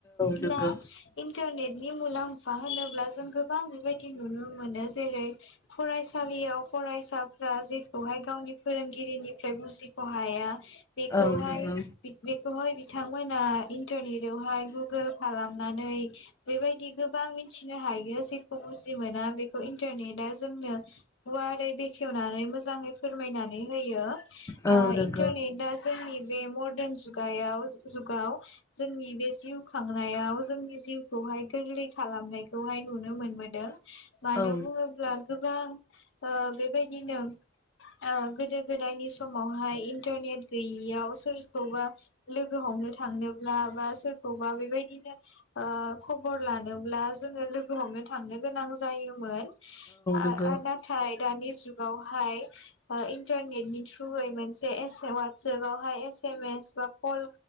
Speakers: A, on the left; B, on the left.
A: नोंगौ
B: दा इन्टारनेट नि मुलाम्फा होनोब्ला जों गोबां बेबायदि नुनो मोनो जेरै फरायसालियाव फरायसाफ्रा जेखौहाय गावनि फोरोंगिरिनिफ्राय बुजिख' हाया बेखौहाय
A: औ नोंगौ
B: बेखौहाय बिथांमोना इन्टारनेटावहाय गुगोल खालामनानै बेबायदि गोबां मिथिनो हायो जेखौ बुजि मोना बेखौ इन्टारनेटआ जोंनो गुवारै बेखेवनानै मोजाङै फोरमायनानै होयो। ओ
A: औ नोंगौ
B: इन्टारनेटआ जोंनि बे मर्डान जु गायाव जुगाव जोंनि बे जिउ खांनायाव जोंनि जिउखौहाय गोरलै खालामनायखौहाय नुनो मोनबोदों। मानो
A: औ नोंगौ औ नोंगौ औ
B: बुङोब्ला गोबां ओ बेबायदिनो ओ गोदो गोदायनि समावहाय इन्टारनेट गैयियाव सोरखौबा लोगो हमनो थांनो बा सोरखौबा बेबायदिनो ओ खबर लानोब्ला जोङो लोगो हमनो थांनो गोनां जायोमोन। आ-आ
A: नोंगौ
B: नाथाय दानि जुगावहाय ओ इन्टारनेटनि थ्रुयै मोनसे एस वाटसपावहाय एसेमेस बा कल